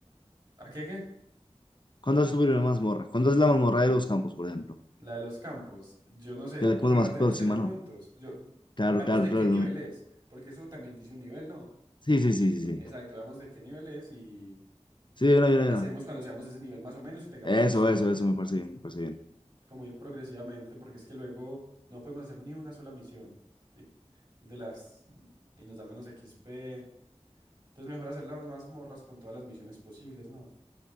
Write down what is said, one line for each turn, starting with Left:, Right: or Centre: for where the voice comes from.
Right: ¿A qué qué?
Left: ¿Cuándo es tu primera mazmorra? ¿Cuándo es la mazmorra de los campos, por ejemplo?
Right: La de los campos, yo no sé,
Left: Que
Right: la-
Left: es
Right: pero
Left: como la más
Right: la tenemos
Left: próxima,
Right: que hacer
Left: ¿no?
Right: juntos. Yo,
Left: Claro,
Right: veamos
Left: claro,
Right: de
Left: claro.
Right: qué nivel
Left: no.
Right: es, porque eso también dice un nivel, ¿no?
Left: Sí, sí, sí, sí,
Right: Exacto,
Left: sí.
Right: veamos de qué nivel es y,
Left: Sí, de una, de
Right: y
Left: una,
Right: la
Left: de
Right: hacemos
Left: una.
Right: cuando seamos ese nivel más o menos y tengamos
Left: Eso,
Right: un set,
Left: eso, eso me parece bien, me parece bien.
Right: como ir progresivamente, porque es que luego no podemos hacer ni una sola misión de, de las y nos dan menos XP. Entonces mejor hacer las mazmorras con todas las misiones posibles, ¿no?